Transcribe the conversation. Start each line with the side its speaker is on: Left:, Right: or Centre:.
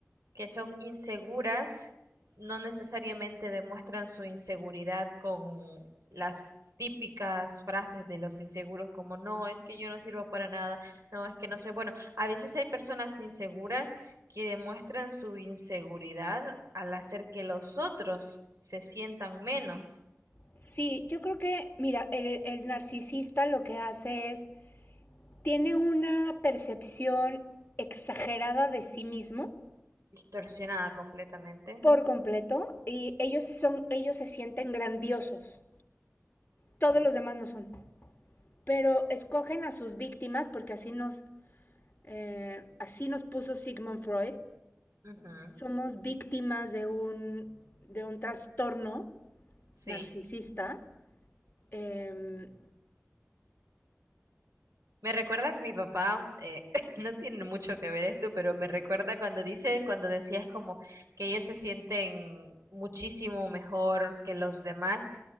Right: que son inseguras no necesariamente demuestran su inseguridad con las típicas frases de los inseguros como no, es que yo no sirvo para nada, no, es que no sé. Bueno, a veces hay personas inseguras que demuestran su inseguridad al hacer que los otros se sientan menos,
Left: sí, yo creo que, mira, el, el narcisista lo que hace es, tiene una percepción exagerada de sí mismo
Right: distorsionada completamente.
Left: por completo y ellos son, ellos se sienten grandiosos. Todos los demás no son. Pero escogen a sus víctimas porque así nos, eh, así nos puso Sigmund Freud.
Right: Ujú,
Left: Somos víctimas de un, de un trastorno
Right: Sí.
Left: narcisista eh,
Right: Me recuerda que mi papá, eh, <laughs> no tiene mucho que ver esto, pero me recuerda cuando dice, cuando decías como que ellos se sienten muchísimo mejor que los demás.